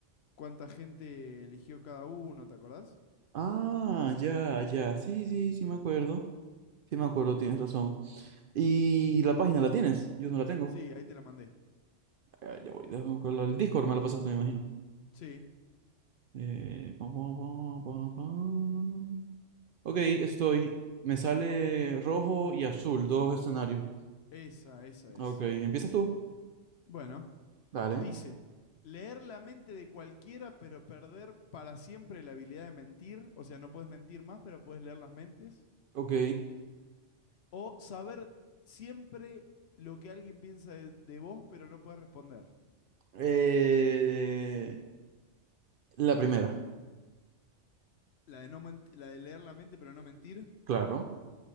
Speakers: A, on the left (about 65°); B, on the right (about 60°).
A: cuánta gente eligió cada uno, ¿te acordás?
B: Ah, ya, ya. Sí, sí, sí me acuerdo. Sí me acuerdo, tienes razón. ¿Y la página la tienes? Yo no la tengo.
A: Sí, ahí te la mandé.
B: Ah, ya voy, déjame buscarla. El Discord me la pasaste, me imagino.
A: Sí,
B: Eh, pam, pam, pam, pam, pam. Ok, estoy. Me sale rojo y azul, dos escenarios.
A: esa, esa es.
B: Ok, ¿empiezas tú?
A: Bueno,
B: Dale.
A: Dice, leer la mente de cualquiera, pero perder para siempre la habilidad de mentir. O sea, no puedes mentir más, pero puedes leer las mentes.
B: Ok.
A: O saber siempre lo que alguien piensa de, de vos, pero no puedes responder.
B: Eh, La primera,
A: La de, no la de leer la mente, pero no mentir.
B: claro.